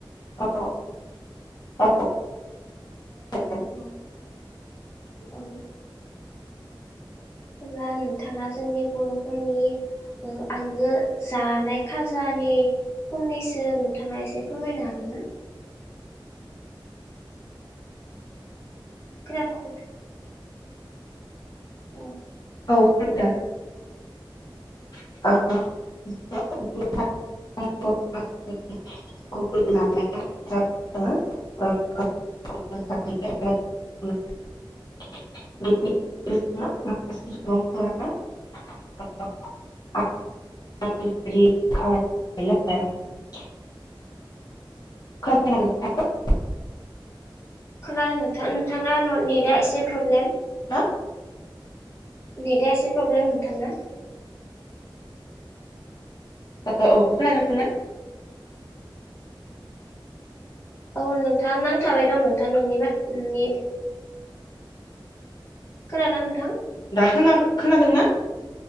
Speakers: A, on the left; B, on the left.
A: औ औ <inaudible>
B: औ औ अब्ला नोंथाङा जोंनि बरफोरनि आंगो जानाय खाजानि फंनैसो नोंथाङा एसे फोरमायनो हागोन ना? <unintelligible> उम
A: <inaudible> <inaudible> <inaudible> <inaudible>
B: खोनादों नोंथां नोंथांना न-नेटा एसे प्रब्लेम
A: ना
B: नेटा एसे प्रब्लेम नोंथांना।
A: औ खोनादों ना?
B: औ नोंथां नांथाबाय दं नोंथां नोंनि मा नोंनि खोनादों ना नोंथां?
A: खोना-खोनादोंना